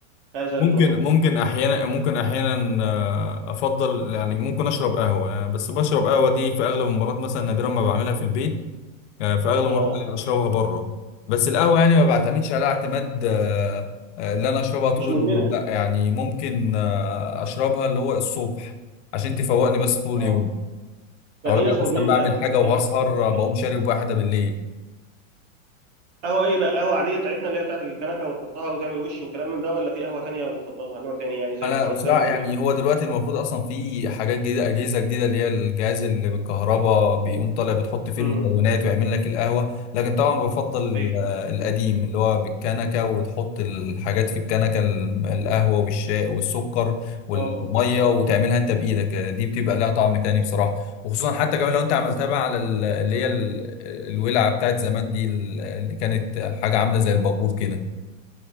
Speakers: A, on the right (about 60°); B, on the left (about 55°).
A: هذا
B: ممكن
A: المشروب
B: ممكن أحيانا ممكن أحيانا آه، أفضل يعني ممكن أشرب قهوة يعني بس بشرب قهوة دي في أغلب المرات مثلا نادرا ما بعملها في البيت آه، في أغلب
A: اه
B: المرات أنا أشربها بره بس القهوة يعني ما بعتمدش على اعتماد آه، آه، اللي أنا أشربها طول
A: مش مدمنها
B: اليوم
A: يعني
B: لا يعني ممكن آه، أشربها اللي هو الصبح عشان تفوقني بس طول
A: اه
B: اليوم
A: ده
B: او
A: في
B: لو انا
A: ناس مدمنه
B: مثلا بعمل
A: قهوه
B: حاجه
A: يعني
B: وهسهر
A: في ناس ما تعيش
B: بقوم
A: من
B: شارب
A: غيرها.
B: واحده بالليل
A: قهوه ايه بقى قهوه عاديه بتاعتنا اللي هي بتاعت الكنكه وتحطها وتعمل وش وكلام من ده ولا في قهوه تانية بتفضلها نوع تاني يعني زي
B: انا
A: الفرنساوي
B: بصراحه يعني
A: وال
B: هو دلوقتي المفروض اصلا في حاجات جديده اجهزه جديده اللي هي الجهاز اللي بالكهرباء بيقوم طالع بتحط فيه
A: امم
B: المكونات ويعمل لك القهوه لكن طبعا بفضل
A: صحيح
B: آه، القديم اللي هو بالكنكه وتحط الحاجات في الكنكه ال- القهوه والشاي والسكر والميه
A: اه
B: وتعملها انت بايدك آه، دي بتبقى لها طعم تاني بصراحه وخصوصا حتى كمان لو انت عملتها بقى على ال- اللي هي ال- الولعه بتاعت زمان دي ال- اللي كانت حاجه عامله زي الباجور كده